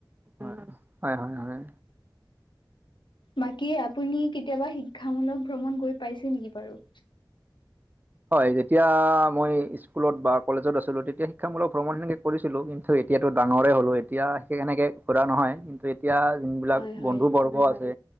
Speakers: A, on the right (about 20°); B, on the left (about 75°).
A: অহ, হয় হয় হয়।
B: বাকী আপুনি কেতিয়াবা শিক্ষামূলক ভ্ৰমণ গৈ পাইছে নেকি বাৰু?
A: হয় যেতিয়া মই স্কুলত বা কলেজত আছিলো তেতিয়া শিক্ষামূলক ভ্ৰমণ সেনেকে কৰিছিলো কি কিন্তু এতিয়াতো ডাঙৰেই হ'লো এতিয়া সেই কেনেকে ঘুৰা নহয় কিন্তু এতিয়া যোনবিলাক
B: হয় হয়
A: বন্ধু বৰ্গ আছে